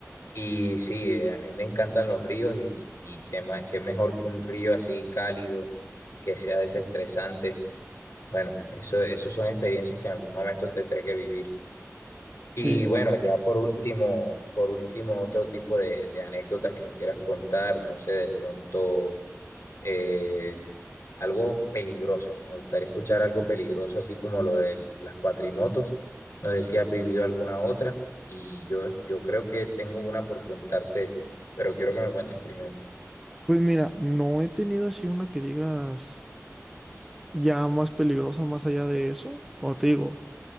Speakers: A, on the left; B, in the centre.
A: Y sí, eh, a mí me encantan los ríos y, y qué más, qué mejor que un río así cálido, que sea desestresante Bueno, eso, eso son experiencias que en algún momento tendré que vivir. Y
B: Sí,
A: bueno, ya por último, por último, otro tipo de, de anécdotas que me quieras contar, no sé, de pronto eh, algo peligroso. Me gustaría escuchar algo peligroso, así como lo de las cuatrimotos. No sé si has vivido alguna otra y yo, yo creo que tengo una por contarte, pero quiero que me cuentes primero.
B: pues mira, no he tenido así una que digas ya más peligrosa más allá de eso, como te digo.